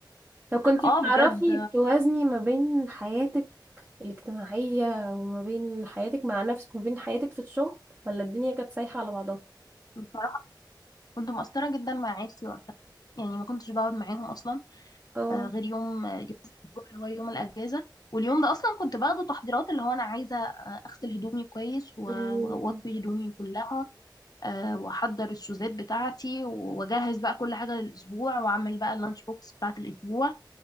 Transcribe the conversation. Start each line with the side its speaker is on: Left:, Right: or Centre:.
Right: طب كنتي
Left: اه
Right: بتعرفي
Left: بجد
Right: توازني ما بين حياتك الاجتماعية وما بين حياتك مع نفسك وما بين حياتك في الشغل ولا الدنيا كانت سايحة على بعضها
Left: بصراحة كنت مقصرة جدا مع عيلتي وقتها يعني ما كنتش بقعد معاهم اصلا
Right: اه
Left: آه، غير يوم آه، يوم في الأسبوع اللي هو يوم الاجازة واليوم ده اصلا كنت باخده تحضيرات اللي هو انا عايزة آه، اغسل هدومي كويس و-
Right: مم.
Left: و- واكوي هدومي كلها آه، واحضر الشوزات بتاعتي واجهز بقى كل حاجة للاسبوع واعمل بقى اللانش بوكس بتاعت الاسبوع